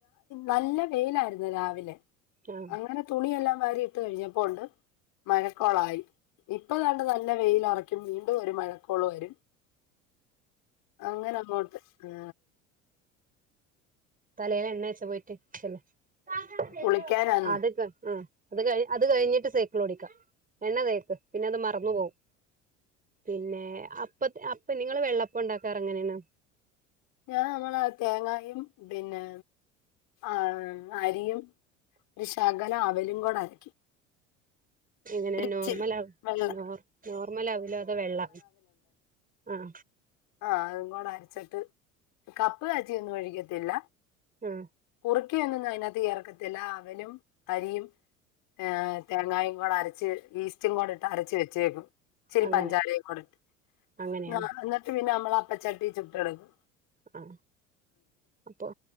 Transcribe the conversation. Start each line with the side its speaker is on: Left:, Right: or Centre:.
Left: നല്ല വെയിലായിരുന്നു രാവിലെ
Right: ആഹ്
Left: അങ്ങനെ തുണിയെല്ലാം വാരിഇട്ട് കഴിഞ്ഞപ്പോഉണ്ട് മഴക്കോളായി ഇട്ട്കണ്ട് നല്ല വെയിലറിക്കും വീണ്ടും ഒരു മഴക്കോൾവരും അങ്ങനെ അങ്ങോട്ട് ആ
Right: തലേല് എണ്ണ തേച്ച പോയിട്ട് ചെല്ല് <unintelligible>
Left: കുളിക്കാനാന്ന്
Right: അത് കഴി അത് കഴിഞ്ഞിട്ട് സൈകിൾ ഓടിക്കാ എണ്ണ തേക്ക് പിന്നെ അത് മറന്ന് പോകും പിന്നെ അപ്പ അപ്പ നിങ്ങള് വെള്ള പ്പണ്ടാക്കാറങ്ങെനേണ്
Left: ഞാൻ നല്ല തേങ്ങായും പിന്നെ ആ അരിയും ഒരു ശകലം അവലും കൂടെഅര
Right: എങ്ങനെ
Left: ഒരിച്ചിരി
Right: നോർമലൗ
Left: വെള്ള
Right: നോർമ നോർമലൗലോ അതൊ വെള്ള ആ
Left: ആ അതും കൂടെ അരച്ചിട്ട് കപ്പ ക ത്തിന്നും ഒഴുക്കത്തില്ല
Right: ആഹ്
Left: കുറി ക്കെന്നും അതിനകത്ത് ചേർക്കത്തില്ല അവലും അരിയും ഏ തേങ്ങായും കൂടെ അരച്ച് ഈ റ്റും കൂടെ ഇട്ട് അരച്ച് വെച്ചേക്കും ച്ചിരി
Right: അങ്ങനെ
Left: പഞ്ചാരയും കൂടെട്ട്
Right: അങ്ങനെയാണ്
Left: <unintelligible> പിന്നെ നമ്മളെ അപ്പച്ചട്ടിചുട്ട്എടുക്കും
Right: ആ അപ്പൊ